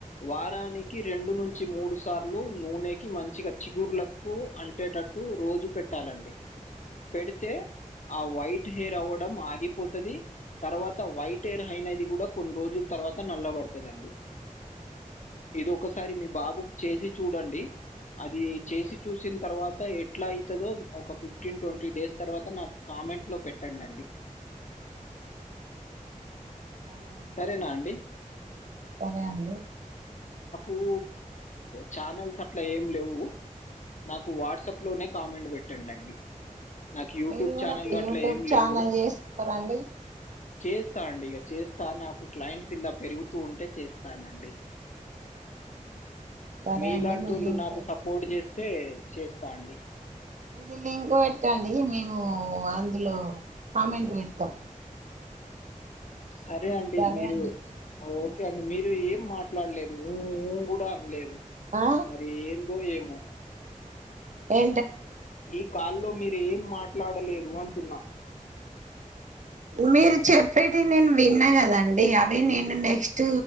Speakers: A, on the left; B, on the right.
A: వారానికి రెండు నుంచి మూడు సార్లు నూనెకి మంచి చిగుర్లకు అంటేటట్టు రోజు పెట్టాలండి పెడితే ఆ వైట్ హెయిర్ అవ్వడం ఆగిపోతది తర్వాత వైట్ ఎయిర్ అయినది కూడా కొన్ని రోజుల తర్వాత నల్లబడుతది అండి ఇది ఒకసారి మీ బాబుకు చేసి చూడండి అది చేసి చూసిన తర్వాత ఎట్లా అయితదో ఒక ఫిఫ్టీన్ ట్వంటీ డేస్ తర్వాత నాకు కా కామెంట్లో పెట్టండి అండి.
B: సరే
A: సరేనా అండి?
B: సరే అండి
A: ఓ ఛానల్స్ అట్లా ఏం లేవ్వు. నాకు వాట్సాప్ లోనే కామెంట్ పెట్టండి అండి. నాకు యూట్యూబ్
B: మీరు కూడా
A: ఛానళ్ళు
B: ఒక
A: అట్లా
B: యూట్యూబ్
A: ఏం
B: ఛానల్
A: లేవ్వు.
B: చేసుకోరండి
A: చేస్తా అండి ఇగ చేస్తా నాకు క్లైంట్స్ ఇలా పెరుగుతూ ఉంటే చేస్తానండి.
B: సరే
A: మీలాంటి
B: అండి మీ
A: ఓళ్ళు
B: లింక్
A: నాకు సపోర్ట్ చేస్తే చేస్తా అండి
B: ఇది లింక్ పెట్టండి మేము అందులో కామెంట్ పెడతాం.
A: సరే అండి
B: సరే
A: మీరు
B: అండి ధన్యవాదాలండి
A: ఓకే అండి మీరు ఏం మా ట్లాడలేదు ఊ ఊ కూడా అనలేదు
B: ఆ
A: మరీ ఏందో ఏమో?
B: ఏ
A: ఈ కాల్లో మీరు ఏం మాట్లాడలేదు అంటున్నా
B: మీరు చెప్పేటి నేను విన్నా కదండి అవి
A: వింటే
B: నేను నెక్స్ట్